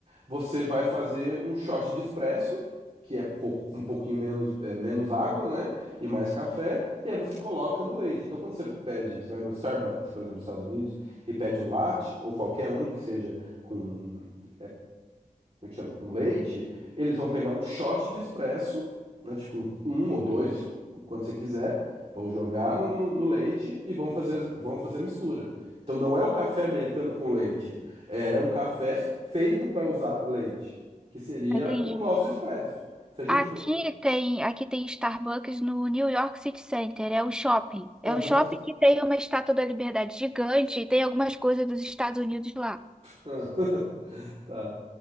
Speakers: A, on the right; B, in the centre.
A: você vai fazer um shot de expresso, que é pouco- um pouquinho menos, é, menos água, né? e mais café, e aí você coloca no leite. Então, quando você pede, você vai no Starbucks, por exemplo, nos Estados Unidos, e pede um latte, ou qualquer um que seja com, como é que chama? Com leite, eles vão pegar um shot de expresso, né? Tipo um, um ou dois, quando você quiser, vão jogar no, no- no leite e vão fazer, vão fazer a mistura. Então, não é o café americano com leite, é um café feito para usar leite, que seria
B: Entendi.
A: o nosso expresso. Se a gente
B: Aqui
A: for.
B: tem, aqui tem Starbucks no New York City Center, é um shopping.
A: Aham.
B: É um shopping que tem uma estátua da Liberdade gigante e tem algumas coisas dos Estados Unidos lá.
A: ah, <laughs> Tá.